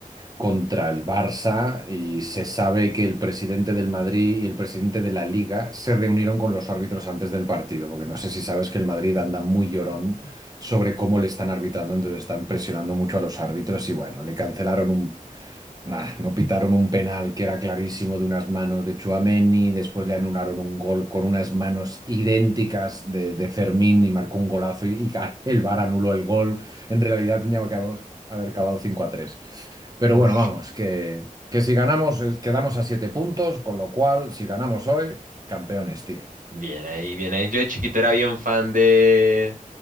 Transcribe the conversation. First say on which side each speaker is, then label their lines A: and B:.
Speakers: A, on the right; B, on the right.
A: contra el Barça y se sabe que el presidente del Madrid y el presidente de la Liga se reunieron con los árbitros antes del partido, porque no sé si sabes que el Madrid anda muy llorón sobre cómo le están arbitrando, entonces están presionando mucho a los árbitros y bueno, le cancelaron un Nah, no pitaron un penal que era clarísimo de unas manos de Tchouaméni, después le anularon un gol con unas manos idénticas de, de Fermín y marcó un golazo y, y <laughs> el VAR anuló el gol. En realidad tendríamos que haber, haber acabado 5 a 3. Pero
B: Uy,
A: bueno, vamos, que, que si ganamos eh, quedamos a siete puntos, con lo cual si ganamos hoy, campeones, tío.
B: bien ahí, bien ahí. Yo de chiquito era bien fan de